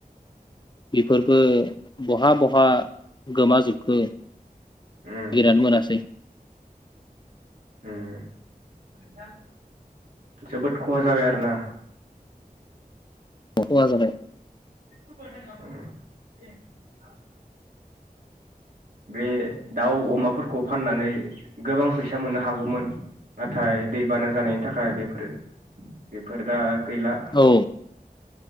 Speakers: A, on the left (about 30°); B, on the right (about 70°).
A: बेफोरबो बहा बहा गोमाजोबखो
B: उम
A: गिरना मोनासै।
B: ओम जोबोद खहा जाबाय आरो ना।
A: खहा जाबाय।
B: <unintelligible> बे दाउ अमाफोरखौ फाननानै गोबां फैसा मोननो हागौमोन नाथाय दैबाना जानायनि थाखाय बेफोरो बेफोर दा गैला <inaudible>
A: औ